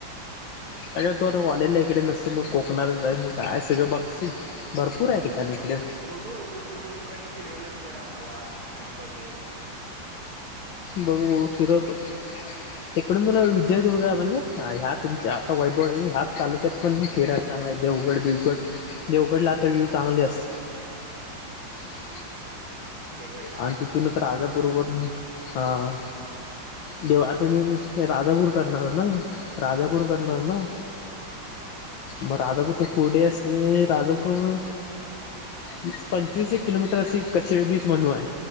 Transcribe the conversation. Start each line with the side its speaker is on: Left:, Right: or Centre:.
Left: अग तू आता वॉलेला इकडे नसतो मग कोकणातच जा आहे मग काय सगळं बघस भरपूर आहे ठिकान इकडं
Right: बघू आता तुम्ही लोकांनी फिरवल तर आम्हाला आम्ही बघेल
Left: बघू फिरवतो इकडून
Right: हम्म
Left: तुला विजयदुर्ग म्हणजे हा ह्या तुमच्या आता वैभववाडी ह्या तालुक्यात पण फिरायला चांगला आहे देवगड बिवगड देवगडला आता विव्ह चांगले असत
Right: हा
Left: आ
Right: ते उघडला
Left: आणि तिथूनच राजापूरवरून हा देव
Right: हा
Left: आता
Right: हा
Left: मी
Right: हा
Left: हे राजापूर करणार ना राजापूर करणार
Right: हम्म
Left: ना
Right: हा
Left: मग राजापूरचे पुढ असणे राजापूर विस पंचवीस एक किलो मीटर असी <inaudible> बीच म्हणून हाय